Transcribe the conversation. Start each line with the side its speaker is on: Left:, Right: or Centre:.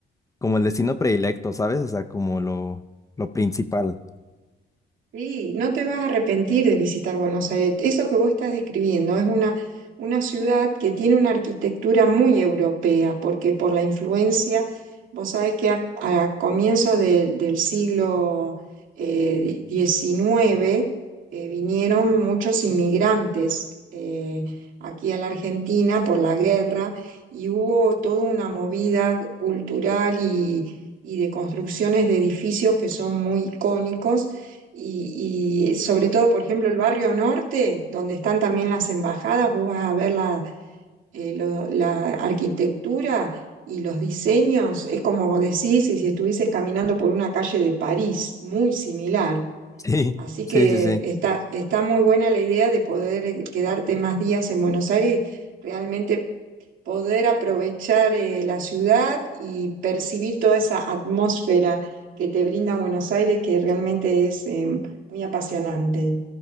Left: como el destino predilecto, ¿sabes? O sea, como lo, lo principal.
Right: Sí, no te vas a arrepentir de visitar Buenos Aires. Eso que vos estás describiendo es una, una ciudad que tiene una arquitectura muy europea, porque por la influencia, vos sabés que a, a comienzos de- del siglo eh, XIX eh, vinieron muchos inmigrantes eh, aquí a la Argentina por la guerra y hubo toda una movida cultural y y de construcciones de edificios que son muy icónicos y, y sobre todo, por ejemplo, el barrio norte, donde están también las embajadas, vos vas a ver la, eh, lo- la arquitectura y los diseños, es como vos decís, y si estuvieses caminando por una calle de París, muy similar.
Left: <laughs> Sí,
Right: Así
Left: sí,
Right: que
Left: sí, sí.
Right: está, está muy buena la idea de poder eh, quedarte más días en Buenos Aires, realmente poder aprovechar eh, la ciudad y percibir toda esa atmósfera que te brinda Buenos Aires, que realmente es eh, muy apasionante.